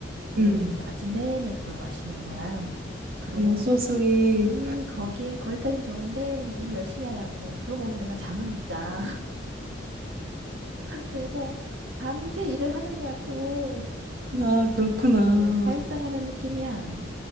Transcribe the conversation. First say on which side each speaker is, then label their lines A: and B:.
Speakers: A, on the right (about 70°); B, on the right (about 50°).
A: 그러면
B: 음.
A: 이제 아침 내내 그걸 마시는 거야. 그리고
B: 어, so sweet.
A: 음, 거기 거기까진 좋은데 일 열심히 하라고. 그거 먹으면 내가 잠을 못 자. <laughs> 그래서 밤새 일을 하는 거야 또.
B: 아, 그렇구나.
A: 얘 사육당하는 느낌이야.